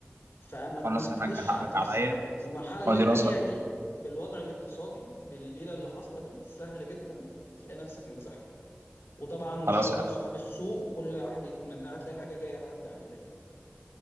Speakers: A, on the left; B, on the right.
A: فما
B: خلاص
A: ما تقصش
B: يا حاج حقك
A: على نفس
B: عليا
A: الحاجه المرحله اللي
B: وأدي
A: انت
B: راسك
A: فيها دي بالوضع الاقتصادي بالليله اللي حاصله دي سهل جدا تلاقي نفسك متزحلق وطبعا مش
B: خلاص
A: هقول لك صحاب السوق وكل واحد يتمنى هتلاقي الحاجه جايه لحد عندك يعني.